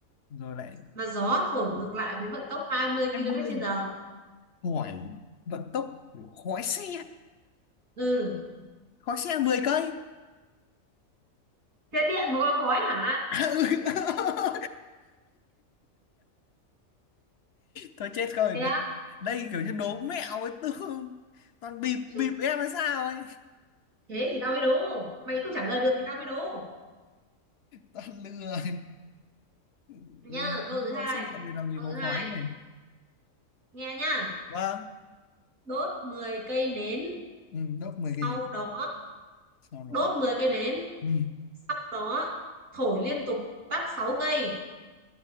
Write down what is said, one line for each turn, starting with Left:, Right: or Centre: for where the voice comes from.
Left: Rồi lại
Right: mà gió thổi ngược lại với vận tốc 20
Left: hai mươi
Right: km trên giờ
Left: hỏi vận tốc của khói xe
Right: ừ
Left: khói xe 10 cây
Right: xe điện mà có khói hả
Left: à, ừ. <laughs> thôi chết rồi
Right: đẹp
Left: đây kiểu như đố mẹo ấy tương toàn bịp
Right: Chứ
Left: bịp em hay sao ấy
Right: thế thì tao mới đố mày không trả lời được thì tao mới đố
Left: toàn lừa Ừ,
Right: nhá câu
Left: mua
Right: thứ hai
Left: xe điện thì làm gì
Right: câu
Left: có
Right: thứ hai
Left: khói nhỉ
Right: nghe nhá
Left: vâng
Right: đốt 10 cây nến
Left: ừ, đốt 10
Right: sau
Left: cây này
Right: đó
Left: sau đó
Right: đốt 10 cây nến
Left: ừ,
Right: sau đó thổi liên tục tắp 6 cây